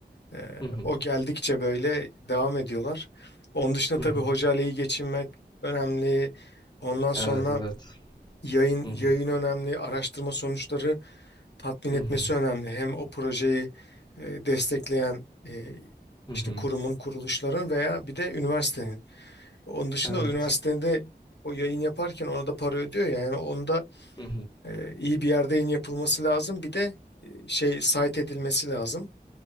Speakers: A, on the left (about 80°); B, on the left (about 25°).
A: Ee,
B: hı hı,
A: o geldikçe böyle devam ediyorlar. Onun dışında
B: hı
A: tabii
B: hı.
A: hocayla iyi geçinmek önemli. Ondan sonra
B: Evet evet.
A: yayın
B: Hı hı,
A: yayın önemli, araştırma sonuçları tatmin
B: hı
A: etmesi
B: hı,
A: önemli. Hem o projeyi e, destekleyen e,
B: hı hı.
A: işte kurumun, kuruluşların veya bir de üniversitenin. Onun dışında
B: Evet.
A: o üniversitenin de o yayın yaparken ona da para ödüyor ya. yani onda
B: hı,
A: e, iyi bir yerde yayın yapılması lazım. Bir de e, şey site edilmesi lazım.